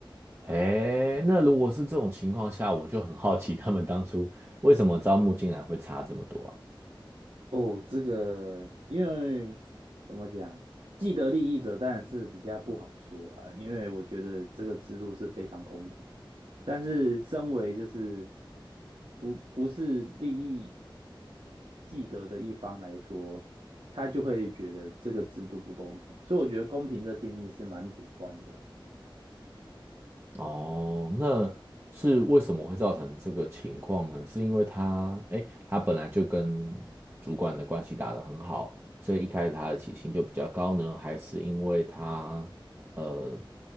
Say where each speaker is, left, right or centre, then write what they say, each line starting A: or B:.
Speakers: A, on the right; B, on the right.
A: 哎，那如果是这种情况下，我就很好奇他们当初为什么招募进来会差这么多啊？
B: 哦，这个因为怎么讲，既得利益者当然是比较不好说啦，因为我觉得这个制度是非常公平。但是身为就是不不是利益既得的一方来说，他就会觉得这个制度不公平，所以我觉得公平的定义是蛮主观的啦。
A: 哦，那是为什么会造成这个情况呢？是因为他，哎，他本来就跟主管的关系打得很好，所以一开始他的起薪就比较高呢，还是因为他呃